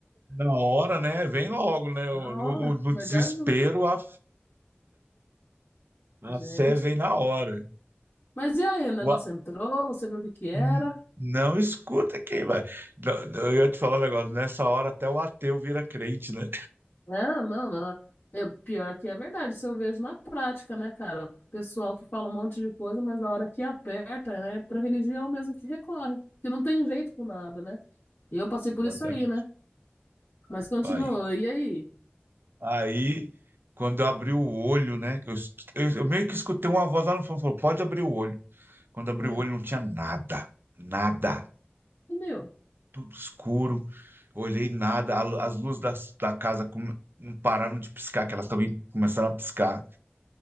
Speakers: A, on the right; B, on the left.
A: Na hora, né? Vem logo, né? o-
B: Na
A: No,
B: hora,
A: o- no
B: verdade
A: desespero,
B: não.
A: a A
B: Gente.
A: fé vem na hora.
B: Mas e aí, o negócio
A: O a-
B: entrou, você viu o que que era?
A: n- Não escuta quem vai. Não, não, Eu ia te falar um negócio, nessa hora até o ateu vira crente, né?
B: ah não, não. Eu, pior que é verdade, isso eu vejo na prática, né, cara? O Pessoal que fala um monte de coisa, mas na hora que aperta, né, pra religião mesmo que recorre, que não tem jeito com nada, né? E eu passei
A: Exatamente.
B: por isso aí, né? Mas continua,
A: Aí,
B: e aí?
A: aí quando eu abri o olho, né? Eu, es- eu- eu meio que escutei uma voz lá no fundo, falou, pode abrir o olho. Quando abri
B: Ah,
A: o olho não tinha nada, nada,
B: Sumiu.
A: tudo escuro. Olhei nada, a lu- as luzes da da, casa come- não pararam de piscar, que elas também começaram a piscar.